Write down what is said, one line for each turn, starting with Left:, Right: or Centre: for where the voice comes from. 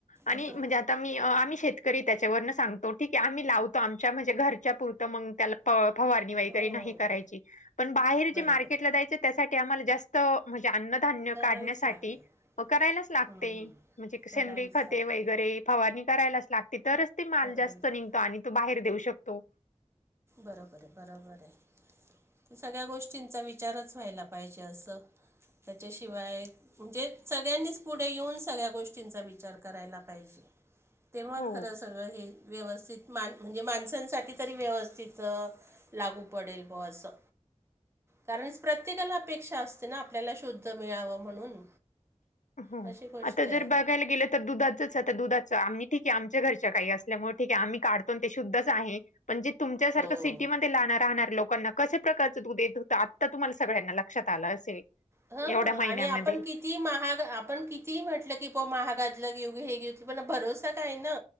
Left: आणि
Right: असं
Left: म्हणजे आता आता मी आम्ही शेतकरी त्याच्यावरन सांगतो ठीक आहे आम्ही लावतो आमच्या म्हणजे घरच्या पुरतं मग त्याला फवारणी वगैरे
Right: हो
Left: नाही करायची पण बाहेर
Right: बरोबर
Left: जे मार्केटला
Right: आहे
Left: जा्यायच त्यासाठी आम्हाला जास्त म्हणजे अन्नधान्य
Right: करावीच
Left: काढण्यासाठी
Right: लागते
Left: करायलाच लागते.
Right: हं, हं.
Left: म्हणजे सेनरी
Right: करावीच
Left: खते
Right: लागते
Left: वगैरे फवारणी करायलाच लागते तरच तेी माल
Right: करावीच
Left: जास्त निघतो
Right: लाग
Left: आणि तो बाहेर देऊ शकतो.
Right: बरोबर आहे बरोबर आहे. सगळ्या गोष्टींचा विचारच व्हायला पाहिजे असं त्याच्याशिवाय म्हणजे सगळ्यांनीच पुढे येऊन सगळ्या गोष्टींचा विचार करायला पाहिजे. तेव्हा
Left: हो.
Right: खरं सगळं हे व्यवस्थित मा म्हणजे माणसांसाठी तरी व्यवस तिथं लागू पडेल ब असं कारण प्रत्येकाला अपेक्षा असते ना आपल्याला शुद्ध मिळावं म्हणून?
Left: हो
Right: अशी गोष्ट
Left: आता
Right: आहे
Left: जर बघयला गेलं तर दुधाच आहे तर दुधाच आम्ही ठीके आमच्या घरच्या काही असल्यामुळे ठीके आम्ही काढतो ते शद्धच आहे. म्हणजे तुमच्यासारखं
Right: हो
Left: सिटीमध्ये राणार लोकांना कशा प्रकारचं दूध येत होतं आ तुम्हाला सगळ्यांना लक्षात आलं असेल.
Right: हा
Left: एवढ्या महिन्यामध्ये.
Right: आणि आपण कि किती महाग आपण कितीही म्हटलं कि प महागातलं घेऊ हे घेऊ पण भरोसा काय ना?